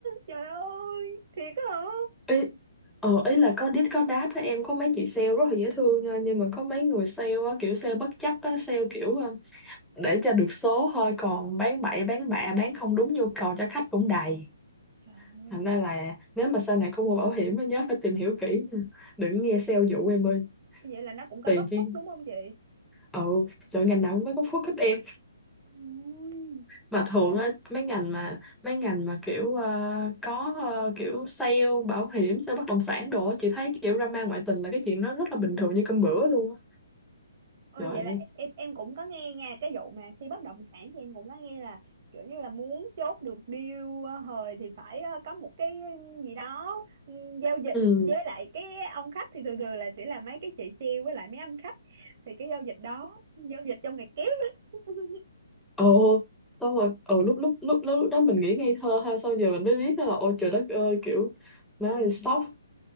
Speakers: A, on the right; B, in the centre.
A: trời ơi thiệt á hả
B: ý ờ ý là có đít có đát á em có mấy chị sale rất là dễ thương nha nhưng mà có mấy người sale á kiểu sale bất chấp á sale kiểu ờ, để cho được số thôi còn bán bậy bán bạ bán không đúng nhu cầu cho khách cũng đầy
A: trời ơi
B: thành ra là nếu mà sau này có mua bảo hiểm á nhớ phải tìm hiểu kỹ nha đừng nghe sale dụ em ơi
A: vậy là nó cũng có
B: tiền
A: góc
B: chi
A: khuất đúng không chị
B: ừ trời ngành nào cũng có góc khuất hết em
A: Ui.
B: mà thường
A: Trời.
B: á mấy ngành mà mấy ngành mà kiểu ờ, có ờ, kiểu sale bảo hiểm sale bất động sản đồ á, chị thấy kiểu drama ngoại tình là cái chuyện nó rất là
A: Ừ.
B: bình thường như cơm bữa luôn á
A: Ôi
B: trời
A: vậy là
B: ơi.
A: em em cũng có nghe nha cái vụ mà khi bất động sản thì em cũng có nghe là kiểu như là muốn chốt được deal ờ, hời thì phải ờ, có một cái ừ, gì đó ừ, giao dịch
B: ừ
A: với lại cái ông khách thì thường thường là sẽ là mấy cái chị sale với lại mấy anh khách thì cái giao dịch đó giao dịch trong ngày kép á. <laughs>
B: ồ xong rồi ừ lúc lúc lúc lúc đó mình nghĩ ngây thơ ha xong giờ mình mới
A: Ừ.
B: biết đó là ôi trời đất ơi kiểu má ơi sốc